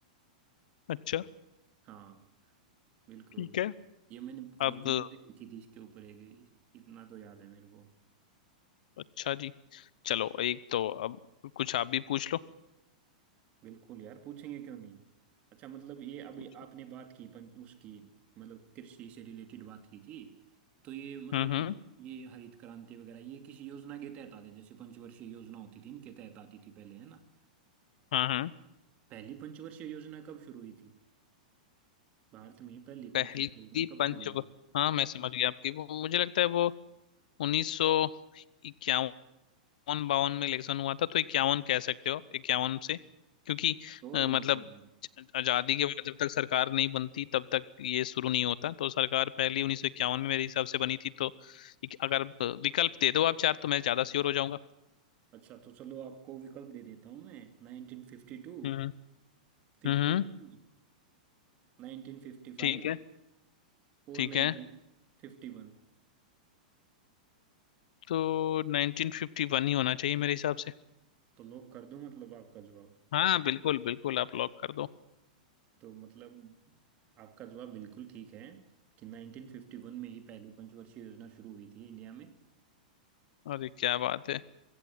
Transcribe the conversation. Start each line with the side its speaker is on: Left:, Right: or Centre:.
Left: अच्छा
Right: हाँ बिल्कुल
Left: ठीक है
Right: ये मैंने डॉक्यूमेंट्री
Left: अब
Right: देखी थी इसके ऊपर एक इतना तो याद है मेरे को
Left: अच्छा जी चलो एक तो अब कुछ आप भी पूछ लो
Right: बिल्कुल यार पूछेंगे क्यों नहीं अच्छा मतलब ये अभी
Left: पूछो
Right: आपने बात की पंच उसकी मतलब कृषि से रिलेटेड बात की थी तो ये मतलब
Left: हम्म हम्म
Right: ये हरित क्रांति वगैरह ये किसी योजना के तहत आते जैसे पंचवर्षीय योजना होती थी इनके तहत आती थी पहले है ना
Left: हाँ हाँ
Right: पहली पंचवर्षीय योजना कब शुरू हुई थी भारत में पहली
Left: पहली
Right: पंचवर्षीय योजना कब
Left: पंच
Right: शुरू हुई थी
Left: हाँ मैं समझ गया आपकी वो मुझे लगता है वो उन्नीस सौ इक्यावन बावन में इलेक्शन हुआ था तो इक्यावन कह सकते हो आप इक्यावन से क्योंकि
Right: श्योर
Left: अ,
Right: हो
Left: मतलब
Right: मतलब आप
Left: आजादी के बाद जब तक सरकार नहीं बनती तब तक ये शुरू नहीं होता तो सरकार पहली उन्नीस सौ इक्यावन में मेरे हिसाब से बनी थी तो एक- अगर ब- विकल्प दे दो आप चार तो मैं ज्यादा श्योर हो जाऊंगा
Right: अच्छा तो चलो आपको विकल्प दे देता हूँ मैं 1952
Left: हम्म हम्म
Right: 53
Left: हम्म,
Right: 1955
Left: ठीक है
Right: और
Left: ठीक
Right: 1951
Left: है तो 1951 ही होना चाहिए मेरे हिसाब से
Right: तो लॉक कर दूं मतलब आपका जवाब
Left: हाँ बिल्कुल बिल्कुल आप लॉक कर दो
Right: तो मतलब आपका जवाब बिल्कुल ठीक है कि 1951 में ही पहली पंचवर्षीय योजना शुरू हुई थी इंडिया में
Left: अरे क्या बात है